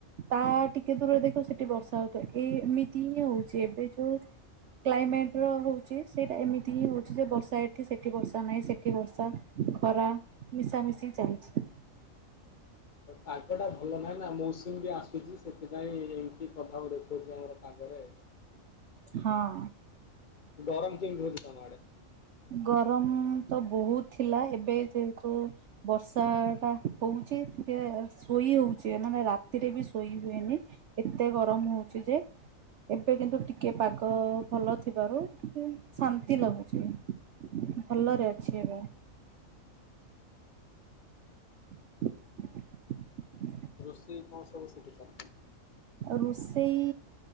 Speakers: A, on the right (about 60°); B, on the left (about 45°).
A: ତା ଟିକେ ଦୂରରେ ଦେଖ ସେଠି ବର୍ଷା ହଉିବ ଏଇ ଏମିତି ହଇ ହଉଛି ଏବେ ଯୋଉ। କ୍ଲାଇମେଟ ର ହଉଛି ସେଇଟା ଏମିତି ହିଁ ହଉଛି ଯେ ବର୍ଷା। ଏଠ ସେଠି ବର୍ଷା ନାହିଁ ସେଠି ବର୍ଷା ଖରା ମିଶାମିଶି ଚାଲିଛି।
B: ପାଗଟା ଭଲ ନାହିଁ ନା ମୌସୁମୀ ବି ଆସୁଛି ସେଥିପାଇଁ ଏମିତି ପ୍ରଭାବ ଦେଖଉଛି ଆମର ପାଗରେ
A: ହଁ।
B: ଗରମ କେନ୍ ରହୁଛି ତଡେ।
A: ଗରମ ତ ବହୁତ ଥିଲା ଏବେ ଯେହେତୁ ବର୍ଷା ଟା ହଉଛି ଟିକେ ଶୋଇ ହଉଛି ମାନେ ରାତିରେ ବି ଶୋଇ ହୁଏନି ଏତେ ଗରମ ହଉଛି ଯେ ଏବେ କିନ୍ତୁ ଟିକେ ପାଗ ଭଲ ଥିବାରୁ ଶାନ୍ତି ଲାଗୁଛି ଭଲରେ ଅଛି ଏବେ <inaudible> <inaudible>
B: ଋଷେଇ କଣ ସବୁ ଶିଖିଛ
A: ଆ ରୋଷେଇ